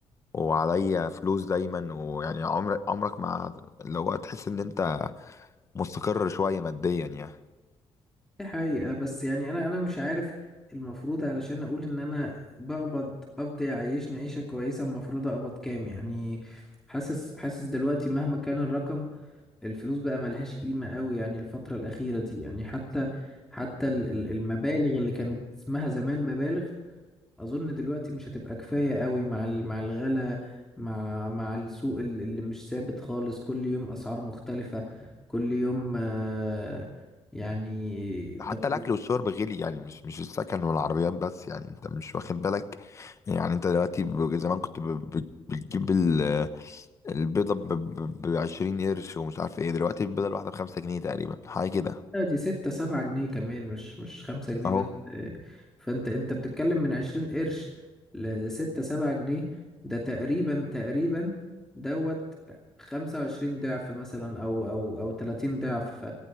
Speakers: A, on the left; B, in the centre.
A: وعليا فلوس دايما ويعني عمرك عمرك ما اللي هو تحس ان انت مستقر شويه ماديا يعني
B: دي حقيقة بس يعني أنا أنا مش عارف المفروض علشان أقول إن أنا بقبض قبض يعيشني عيشة كويسة المفروض أقبض كام يعني حاسس حاسس دلوقتي مهما كان الرقم الفلوس بقى ملهاش قيمة قوي يعني الفترة الأخيرة دي يعني حتى حتى ال- ال- المبالغ اللي كانت اسمها زمان مبالغ أظن دلوقتي مش هتبقى كفاية قوي مع ال- مع الغلا مع مع السوق ال- اللي مش ثابت خالص كل يوم أسعار مختلفة كل يوم آه، يعني
A: حتى
B: طب
A: الاكل والشرب غلي يعني مش مش السكن والعربيات بس يعني انت مش واخد بالك يعني انت دلوقتي ب- زمان كنت ب... ب- بتجيب ال... البيضه ب... ب... ب 20 قرش ومش عارف ايه دلوقتي البيضه الواحده ب 5 جنيه تقريبا حاجه كده
B: لا دي ستة سبعة جنيه كمان مش مش خمسة جنيه
A: اهو
B: بس آه، فانت انت بتتكلم من عشرين قرش لستة سبعة جنيه ده تقريبا تقريبا دوت خمسة وعشرين ضعف مثلا او او او تلاتين ضعف ف